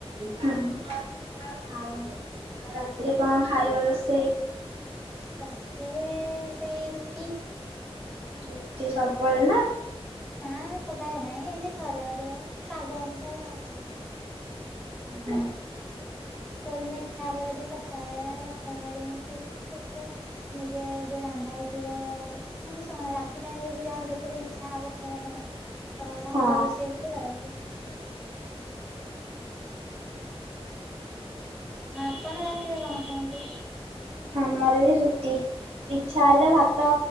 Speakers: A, on the right; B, in the centre.
A: ହଁ ଆଉ ରାତିରେ କଣ ଖାଇବ ରୋଷେଇ?
B: ରାତିରେ ସେଇ ରୁଟି।
A: ରୁଟି ସବୁବେଳେ ନା?
B: ହଁ। ସକାଳେ ନାଇଁ ଏମିତି ଥରେ ଅଧେ ପାଗ ଅନୁସାରେ ଆଉ।
A: ହୁଁ।
B: କୋଉଦିନ ଇଚ୍ଛା ହବ ଯଦି ପଖାଳ ଖାଇବା ପାଇଁ ପଖାଳ ଖାଇଦେବି <inaudible> ନିଜେ ଯୋଉ ରନ୍ଧା ହେଇଥିବ ମାନେ ଶୁଣ ରାତ୍ ସେ ଟାଇମ ରେ ଯଦି ଯାହାର ଯେତେଳେ ଇଚ୍ଛା ହବ ଖାଇବା ପାଇଁ ତ ଭାତ
A: ହଁ।
B: ରୋଷେଇ ହୁଏ ଆଉ। ଆପଣ ରାତିରେ କଣ ଖାଆନ୍ତି?
A: ଆମର ବି ରୁଟି। ଇଚ୍ଛା ହେଲେ ଭାତ